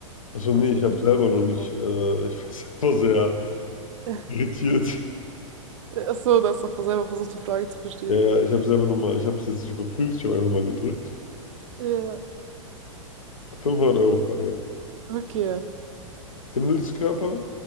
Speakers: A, on the left; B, on the right.
A: Achso,
B: Was
A: nee, ich
B: wollte
A: habe
B: die
A: selber
B: kritische
A: noch nicht,
B: Pause?
A: äh, ich war <laughs> selber sehr
B: <laughs>
A: irritiert.
B: Ach so, da hast du doch selber versucht, die Frage zu verstehen.
A: Ja, ja, ich habe selber noch mal, ich habe es jetzt nicht überprüft, ich habe einfach mal gedrückt.
B: Ja,
A: 500-Euro-Frage.
B: okay.
A: Himmelskörper,